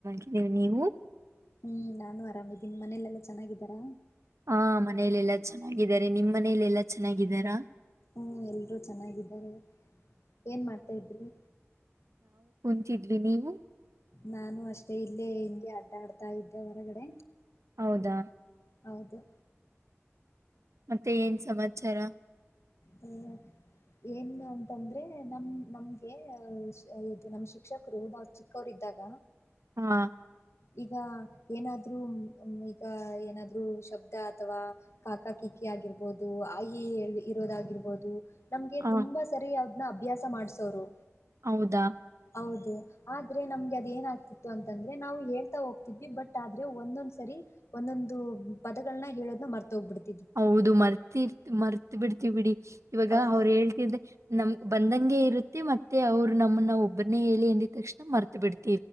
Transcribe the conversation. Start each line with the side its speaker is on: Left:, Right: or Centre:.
Right: ವು ನೀವು
Left: ಹ್ಮ್ ನಾನು ಆರಾಮಿದ್ದೀನಿ ಮನೇಲೆೆಲ್ಲಾ ಚೆನ್ನಾಗಿದ್ದಾರಾ
Right: ಹಾ ಮನಲೆ ಎಲ್ಲಾ ಚೆನ್ನಾಗಿದ್ದಾರೆ ನಿಮ್ ಮನೇಲೆ ಎಲ್ಲಾ ಚೆನ್ನಾಗಿದ್ದಾರಾ
Left: ಹ್ಮ ಎಲ್ರೂ ಚೆನ್ನಾಗಿದ್ದಾರೆ ಏನ್ ಮಾಡ್ತಾತ್್ರಿ
Right: ಿದ್ವಿ ನೀವು
Left: ನಾನು ಅಷ್ಟೇ ಇಲ್ಲೇ ಹೆಂಗೆ ಅಡ್ಡಾಡ್ತಾ ಇದ್ದೆ ಹೊರಗಡೆ
Right: ಹೌದಾ
Left: ಹೌದು
Right: ಮತ್ತೆ ಏನ್ ಸಮಾಚಾರ
Left: ಹ ಏನ್ ಅಂತಂದ್ರೆ ನಮ ನಮ್ಗೆ ಇದು ನಮ್ ಶಿಕ್ಷಕರು ನಾವ್ ಚಿಕ್ಕವರಿದ್ದಾಗ
Right: ಹಾ
Left: ಈಗ ಏನಾದ್ರು ಈಗ ಏನಾದ್ರು ಶಬ್ದ ಅಥವಾ ಕಾಕಾ ಕಿಕ್ಕಿ ಆಗಿರ್ಬೋದು ಆಯಿ ಇರೋದಾಗಿಿರ್ಬೋದು ನಮ್ಗೆ
Right: ಆ
Left: ತುಂಬಾ ಸರಿ ಅಭ್ಯಾಸ ಮಾಡ್ಸೋರು
Right: ಹೌದಾ
Left: ಹೌದು ಆದ್ರೆ ನಮ್ಗೆ ಅದ ಏನ ಆ್ತಿತ್ತು ಅಂತಂದ್ರೆ ನಾವು ಹೇಳ್ತಾ ಹೋಗ್ತಿದ್ವಿ ಬಟ್ ಆದ್ರೆ ಒಂದೊಂದ್ ಸರಿ ಒಂದೊಂದು ಪದಗಳನ್ನ ಹೇಳೋದ್ ಮರ್ತ ಹೋಗ್ಬಿಡ್ತವಿ
Right: ಹೌದು ಮರ್ತಿರ್ ಮರ್ ಬಿಡ್ತವಿ ಬಿಡಿ ಇವಾಗ
Left: ಹೌದು.
Right: ಅವ್ರ ಹೇಳ್ತಿದೆ ನಮ ಬಂದಂಗೆ ಇರುತ್ತೆ ಮತ್ತೆ ಅವ್ರು ನಮ್ಮನ್ನ ಒಬ್ಬನೇ ಹೇಳಿ ಎಂದ ತಕ್ಷಣ ಮರ್ತ ಬಿಿಡ್ತಾರೆ